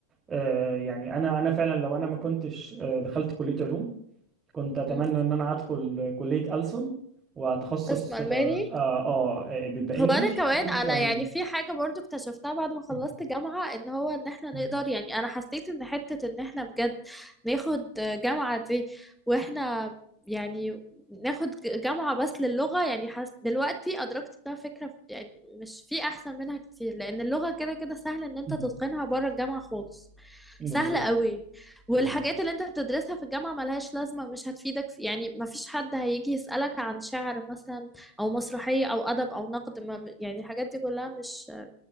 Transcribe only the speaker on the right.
آه، يعني انا انا فعلا لو انا ما كنتش آه، دخلت كليه علوم كنت اتمنى
ان انا ادخل كليه ألسن واتخصص
اه اه آه، بيبقى انجلش
انجلش
والماني
مهم.
مهم.
مهم.
بالظبط
بالظبط